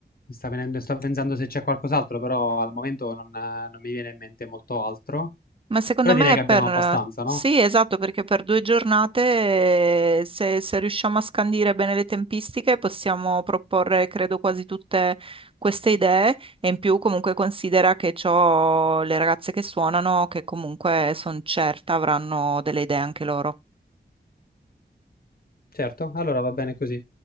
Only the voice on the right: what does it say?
Ma secondo
me
è
per...
Sì, esatto, perché per due giornate, eh, se, se riusciamo a scandire bene le tempistiche, possiamo proporre, credo, quasi tutte queste idee e in più comunque considera che c'ho le ragazze che suonano, che comunque sono certa avranno delle idee anche loro.